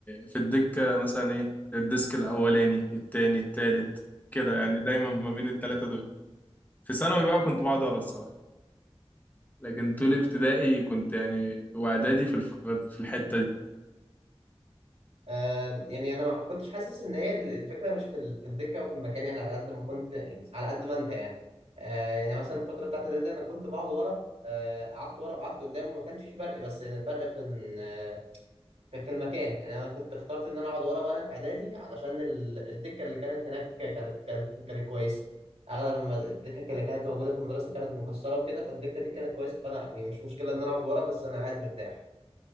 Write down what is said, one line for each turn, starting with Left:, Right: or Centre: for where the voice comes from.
Left: في الدكة مثلا إيه الديسك الأولاني التاني التالت كده يعني دايما ما بين التلاتة دول في ثانوي بقى كنت بقعد ورا الصراحة لكن طول ابتدائي كنت يعني واعدادي في الف... في الحتة دي
Right: آه يعني انا ما كنتش حاسس ان هي الفكره مش في ال- في الدكه او في المكان يعني على قد ما كنت يعني على قد ما انت يعني آه يعني مثلا الفتره بتاعت ده, ده انا كنت بقعد ورا آه قعدت ورا وقعدت قدام وما كانش في فرق بس يعني الفرق في إن- آه، في في المكان يعني انا كنت اخترت ان انا اقعد ورا وانا في اعدادي علشان ال- الدكه اللي كانت هناك كانت كانت كانت كويسه اغلب المد- الدكك اللي كانت موجوده في المدرسه كانت مكسره وكده فالدكه دي كانت كويسه فانا يعني مش مشكله ان انا اقعد ورا بس انا قاعد مرتاح